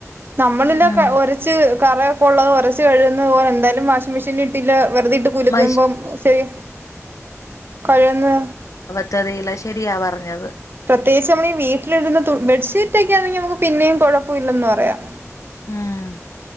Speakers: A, on the right (about 45°); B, on the left (about 85°).
A: നമ്മളല്ലാ
B: ഉം
A: ക ഒരച്ച് കറയൊക്കെ ഒള്ളത് ഒരച്ച് കഴുകുന്നത് പോലെ എന്തായാലും വാഷിംഗ് മെഷീനി ത്തില്ലാ, വെറുതെയിട്ട് കുലുക്കുംമ്പം
B: മഷ്
A: ശെരി കഴന്ന്
B: ത്ഥതയില്ലാ, ശരിയാ പറഞ്ഞത്.
A: പ്രത്യേകിച്ചമ്മളീ വീട്ടിലിടുന്ന തു ബെഡ്ഷീറ്റൊക്കെയാണങ്കി നമുക്ക് പിന്നെയും കുഴപ്പവില്ലന്ന് പറയാം.
B: ഉം